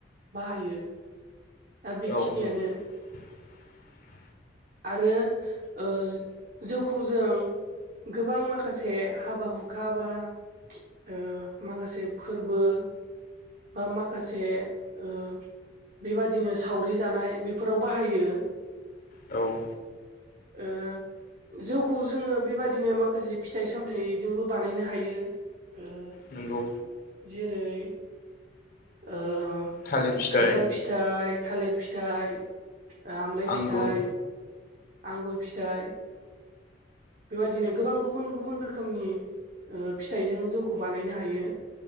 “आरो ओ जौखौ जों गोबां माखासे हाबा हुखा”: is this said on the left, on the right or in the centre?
Right